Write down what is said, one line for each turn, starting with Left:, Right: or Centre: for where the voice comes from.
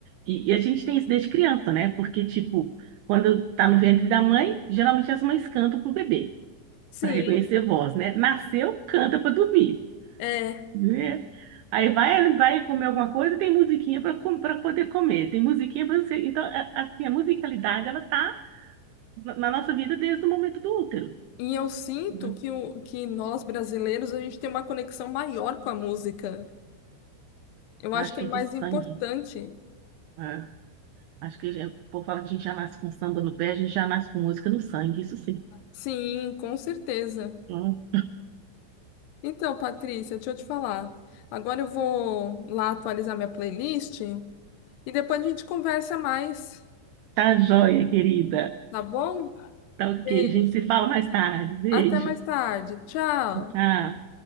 Right: E, e a gente tem isso desde criança, né? Porque, tipo, quando tá no ventre da mãe, geralmente as mães cantam pro bebê.
Left: Sim,
Right: para reconhecer voz, né? Nasceu, canta para dormir,
Left: é.
Right: né? Aí vai, vai comer alguma coisa, tem musiquinha para para poder comer, tem musiquinha para você. Então, é- assim, a musicalidade ela tá na na nossa vida desde o momento do útero,
Left: E eu sinto
Right: né?
Left: que, o, que nós brasileiros, a gente tem uma conexão maior com a música. Eu acho
Right: Eu acho
Left: que
Right: que
Left: é mais
Right: é de sangue.
Left: importante.
Right: é. Acho que já- o povo fala que a gente já nasce com samba no pé, a gente já nasce com música no sangue, isso sim.
Left: Sim, com certeza.
Right: Hum.
Left: Então, Patrícia, deixa eu te falar. Agora eu vou lá atualizar minha playlist. E depois a gente conversa mais,
Right: Tá joia, querida.
Left: tá bom?
Right: Tá ok,
Left: Beijo.
Right: a gente se fala mais tarde. Beijo.
Left: Até mais tarde. Tchau.
Right: Tchau.